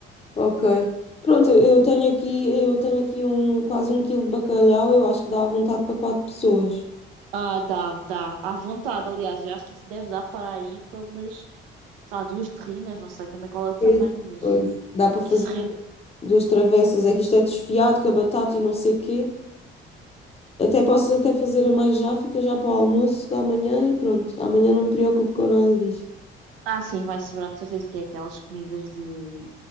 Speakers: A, on the left; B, on the right.
A: Ok. Pronto, eu eu tenho aqui, eu tenho aqui um, quase um quilo de bacalhau. Eu acho que dá à vontade para quatro pessoas.
B: Ah, dá, dá, à vontade, aliás, eu acho que isso deve dar para aí para umas, sei lá, duas terrinas, não sei também qual é o tamanho,
A: Pois,
B: mas
A: pois.
B: eh,
A: Dá para fazer
B: isso rende.
A: duas travessas. É que isto é desfiado com a batata e não sei quê. Até posso até fazer a mais já, fica já para o almoço da manhã e pronto. Amanhã não me preocupo com nada disto.
B: Ah, sim, vai sobrar de certeza, porque é aquelas comidas de